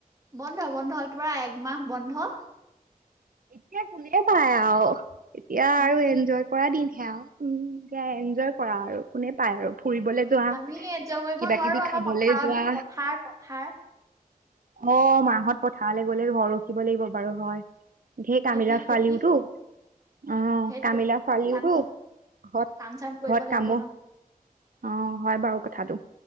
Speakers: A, on the right; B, on the right.
A: বন্ধ, বন্ধ তোমাৰ একমাহ বন্ধ।
B: এতিয়া কোনে চায় আও। এতিয়া
A: উম
B: আৰু এনজয় কৰা দিন। সেয়া উম সেয়া এনজয় কৰা আৰু কোনে পায় আৰু। ফুৰিবলে যোৱা,
A: আমি এনজয় কৰিব
B: কিবা
A: নোৱাৰো
B: কিবি
A: আমাৰ
B: খাবলে
A: পথাৰৰ
B: যোৱা।
A: দিন পথাৰ পথাৰ
B: অ' মাহত পথাৰলৈ গ'লে ঘৰ ৰখিব লাগিব বাৰু হয়। ধেই কামিলা
A: খেতি
B: ফালি
A: খেতি
B: উঠো। অ'
A: সেইটোৱে
B: কামিলা ছোৱালীওটো।
A: কাম চাম
B: ঘত
A: কাম চাম কৰিব
B: ঘত
A: লাগিব
B: কামো।
A: ন
B: অ' হয় বাৰু কথাটো।